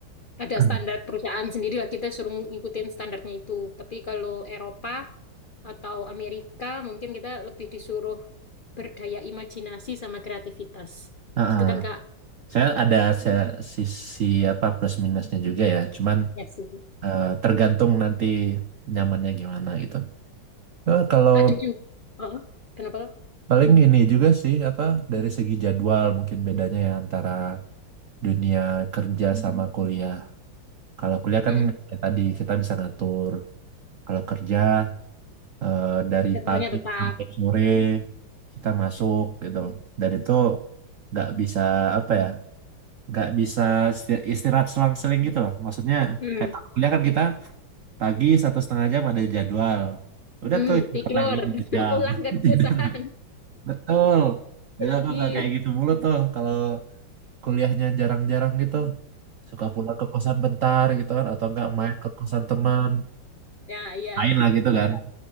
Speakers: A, on the left (about 75°); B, on the right (about 60°).
A: Ada
B: <clears throat>
A: standar perusahaan sendiri lah kita suruh ngikutin standarnya itu. Tapi kalau Eropa atau Amerika mungkin kita lebih disuruh berdaya imajinasi sama kreativitas.
B: Heeh.
A: Gitu kan Kak?
B: Saya ada saya sisi apa plus minusnya juga ya. Cuman
A: Ya sih.
B: eh, tergantung nanti nyamannya gimana gitu. Eh, kalau
A: Ada juga. Oh, kenapa? Kak?
B: paling ini juga sih apa dari segi jadwal mungkin bedanya ya antara dunia kerja sama kuliah. Kalau kuliah
A: Hmm.
B: kan
A: hmm.
B: kayak tadi kita bisa ngatur. Kalau kerja eh, dari
A: Jadwalnya
B: pagi
A: tetap.
B: sampai sore kita masuk gitu. Dan itu nggak bisa apa ya, nggak bisa isti- istirahat selang-seling gitu loh. Maksudnya
A: Hmm.
B: kayak kalau kuliah kan kita pagi satu setengah jam ada jadwal.
A: Hmm.
B: Udah tuh istirahat
A: Tidur,
B: lagi dua
A: <laughs>
B: jam
A: pulang ke
B: <laughs> tidur
A: perusahaan.
B: lagi. Betul. Jadi
A: Lagi.
B: aku nggak kayak gitu mulu tuh kalau kuliahnya jarang-jarang gitu. Suka pulang ke kosan bentar gitu kan atau nggak main ke kosan teman.
A: Ya, iya.
B: main lah gitu
A: Iya,
B: kan.